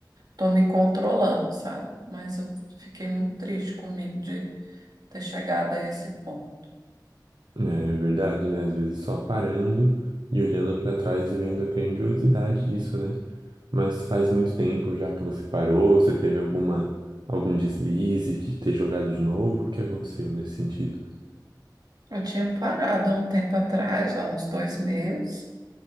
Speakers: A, on the right (about 60°); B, on the right (about 80°).
A: tô me controlando, sabe? Mas eu fiquei muito triste comigo de ter chegado a esse ponto.
B: né? É verdade, né? Às vezes só parando e olhando para trás e vendo a grandiosidade disso, né? Mas faz muito tempo já que você parou, você teve alguma algum deslize de ter jogado de novo, o que aconteceu nesse sentido?
A: Eu tinha parado há um tempo atrás, há uns dois meses,